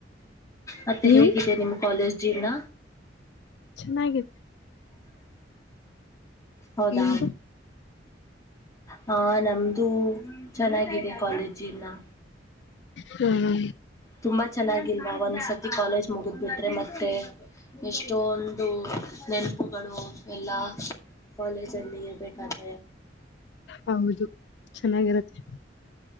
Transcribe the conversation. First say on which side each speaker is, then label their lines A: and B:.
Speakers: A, on the left; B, on the left.
A: ಮತ್ತೆ
B: ನೀವು
A: ಹೇಗಿದೆ ನಿಮ್ಮ ಕಾಲೇಜ್ ಜೀವನ
B: ಚೆನ್ನಾಗಿದೆ
A: ಹೌದಾ
B: ನಿಮ್ದು
A: ಹ ನಮ್ದು ಚೆನ್ನಾಗಿದೆ ಕಾಲೇಜಿನ
B: ಹ್ಮ
A: ತುಂಬಾ ಚೆನ್ನಾಗಿಲ್ವಾ ಒಂದ್ಸತಿ ಕಾಲೇಜ್ ಮುಗುದ್ ಬಿಟ್ರೆ ಮತ್ತೆ ಎಷ್ಟೋ ಒಂದು ನೆನಪುಗಳು ಎಲ್ಲಾ ಕಾಲೇಜಲ್ಲಿ ಇರಬೇಕಾದ
B: ಹೌದು ಚೆನ್ನಾಗಿರತ್ತೆ